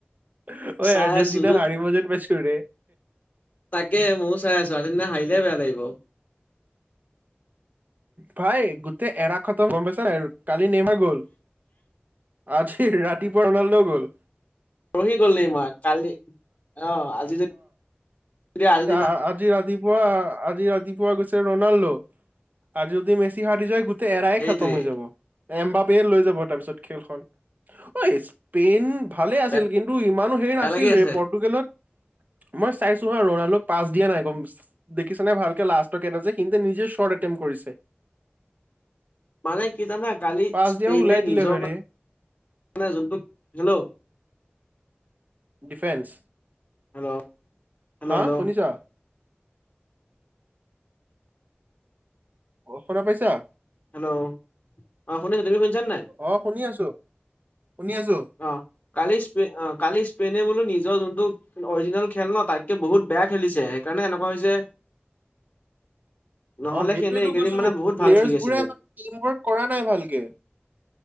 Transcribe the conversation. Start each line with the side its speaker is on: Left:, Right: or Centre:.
Right: ঐ
Left: চাই
Right: আৰ্জেণ্টিনা
Left: আছো
Right: হাৰিব যেন পাইছো ৰে।
Left: তাকে ময়ো চাই আছো। আৰ্জেণ্টিনা হাৰিলেহে বেয়া লাগিব।
Right: ভাই গোটে এৰা খত গম পাইছ কালি নেইমাৰ গল। আজি ৰাতিপুৱা ৰনাল্দ গ'ল।
Left: পৰহি গ'ল নেইমাৰ। কালি অ আজি আজি দিনা
Right: অ আজি ৰাত ৰাতিপুৱা আজি ৰাতিপুৱা গৈছে ৰনাল্ডো। আজি যদি মেচি হাৰি যায় গোটেই এৰাই
Left: সেইটোৱে
Right: খাতম হৈ যাব। এম্বাপেয়ে লৈ যাব তাৰপিছত খেলখন। ঐ স্পেইন ভালে আছিল
Left: বেয়া
Right: কিন্তু ইমানো
Left: বেয়া
Right: নাছিল
Left: লাগি
Right: ৰে
Left: আছে।
Right: পৰ্টুগালত মই চাইছো হা ৰনাল্ডোক পাছ দিয়া নাই। গম দেখিছানে ভালকে লাষ্টৰ কেইটা যে সিনতে নিজে শ্বৰ্ট এটেম্প্ত কৰিছে।
Left: মানে কি জানা কালি
Right: পাছ
Left: স্পেইনে
Right: দিয়া হয় ওলাই
Left: নিজৰ
Right: দিলে হয়
Left: <unintelligible> মানে
Right: ৰে
Left: যোনটো, হেল্ল
Right: ডিফেন্স
Left: হেল্ল' হেল্ল'
Right: হা
Left: হেল্ল'
Right: শুনিছা? অ শুনা পাইছা?
Left: হেল্ল' অ শুনিছো, তুমি শুনিছা নে নাই?
Right: অ শুনি আছো, শুনি আছো।
Left: অ কালি স্পে অ কালি স্পেইনে বোলো নিজৰ যোনটো অৰিজিনেল খেল ন তাতকে বহুত বেয়া খেলিছে, সেইকাৰণে এনেকুৱা হৈছে।
Right: <inaudible>
Left: নহ'লে
Right: অ সেইটোৱেটো
Left: সিহঁতে এইকেইদিন
Right: কৈছো।
Left: মানে বহুত ভাল
Right: প্লেয়াৰ্চবোৰে
Left: খেলি আছিলে।
Right: টিম ৱৰ্ক কৰা নাই ভালকে।